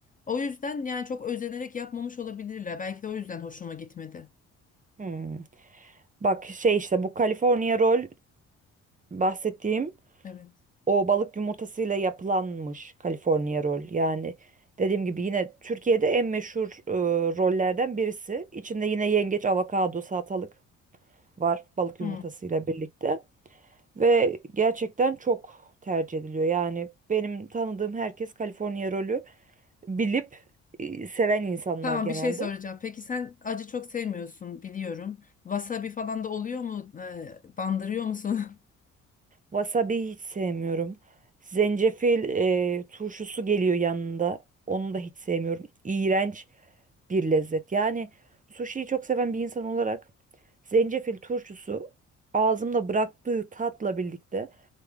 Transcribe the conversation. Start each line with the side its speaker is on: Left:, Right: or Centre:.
Left: O yüzden yani çok özenerek yapmamış olabilirler. Belki de o yüzden hoşuma gitmedi.
Right: hmm, bak şey işte bu California roll bahsettiğim
Left: Evet.
Right: O balık yumurtasıyla yapılanmış California roll. Yani dediğim gibi yine Türkiye'de en meşhur e, rollerden birisi. İçinde yine yengeç, avokado, salatalık var balık
Left: Hmm.
Right: yumurtasıyla birlikte. Ve gerçekten çok tercih ediliyor. Yani benim tanıdığım herkes California rolü bilip e, seven insanlar
Left: Tamam
Right: genelde.
Left: bir şey soracağım. Peki sen acı çok sevmiyorsun biliyorum. Wasabi falan da oluyor mu? Ee, bandırıyor musun? <laughs>
Right: Wasabi hiç sevmiyorum. Zencefil e, turşusu geliyor yanında. Onu da hiç sevmiyorum. İğrenç. bir lezzet. Yani sushiyi çok seven bir insan olarak zencefil turşusu ağzımda bıraktığı tatla birlikte